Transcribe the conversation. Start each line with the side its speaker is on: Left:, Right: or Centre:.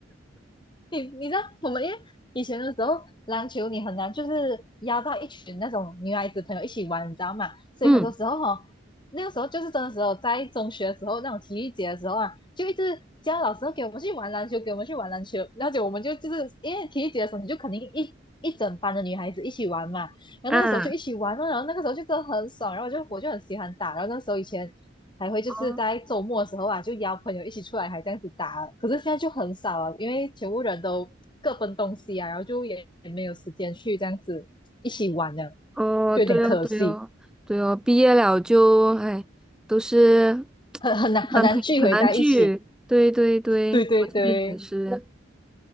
Left: 你你知道我们因为以前的时候篮球你很难就是邀到一群那种女孩子朋友一起玩，你知道吗？所以很多时候哦，
Centre: 嗯
Left: 那个时候就是真的时候，在中学的时候那种体育节的时候啊，就一直叫老师哦给我们去玩篮球，给我们去玩篮球，而且我们就就是因为体育节的时候，你就肯定一一整班的女孩子一起玩嘛，然后那个时候就一起玩了，
Centre: 啊。
Left: 然后那个时候就真的很爽，然后我就我就很喜欢打，然后那时候以前还会就是在周末的时候啊，
Centre: 哦
Left: 就邀朋友一起出来，还这样子打可是现在就很少了，因为全部人都各奔东西啊，然后就也也没有时间去这样子一起玩了，
Centre: 哦，
Left: 就有点可惜，
Centre: 对哦，对哦，对哦，毕业了就，哎，都是
Left: 很很难很难聚回在一起。
Centre: 男朋友很难聚。对对对，
Left: 对对对，
Centre: 我这里也是。